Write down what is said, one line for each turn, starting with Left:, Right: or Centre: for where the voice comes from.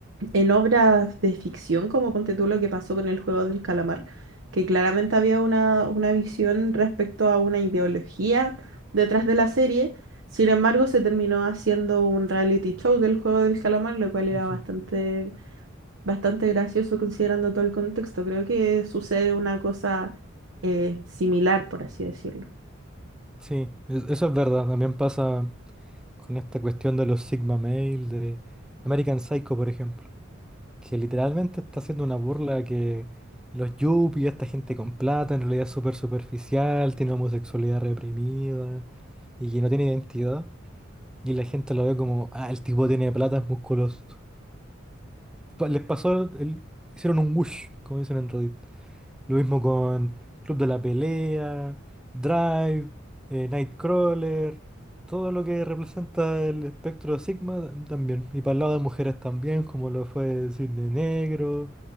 Right: en obras de ficción, como ponte tú lo que pasó con el juego del calamar, que claramente había una, una visión respecto a una ideología detrás de la serie. Sin embargo, se terminó haciendo un reality show del juego del calamar, lo cual era
Centre: Ujú.
Right: bastante, bastante gracioso considerando todo el contexto. Creo que sucede una cosa eh, similar, por así decirlo.
Centre: Sí, es- eso es verdad. También pasa con esta cuestión de los Sigma Male, de American Psycho, por ejemplo, que literalmente está haciendo una burla a que los yuppies, esta gente con plata, en realidad es súper superficial, tiene homosexualidad reprimida y que no tiene identidad. Y la gente lo ve como, ah, el tipo tiene plata, es musculoso. Pa- Les pasó, el- hicieron un whoosh, como dicen en Reddit. Lo mismo con Club de la Pelea, Drive, eh, Nightcrawler, todo lo que representa el espectro Sigma tam- también. Y para el lado de mujeres también, como lo fue Cisne Negro,